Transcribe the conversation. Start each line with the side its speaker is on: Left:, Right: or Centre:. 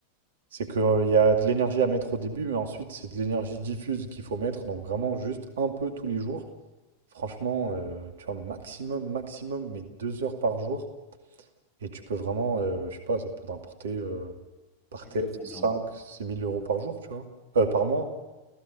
Right: c'est qu'il y a de l'énergie à mettre au début, mais ensuite, c'est de l'énergie diffuse qu'il faut mettre, donc vraiment juste un peu tous les jours. Franchement, euh, tu vois, maximum, maximum, mais deux heures par jour Et tu peux vraiment, euh, je sais pas, ça peut te rapporter euh, par
Left: ok,
Right: tête
Left: trop
Right: cinq
Left: bien,
Right: 6 mille euros par jour, tu vois. Euh, par mois.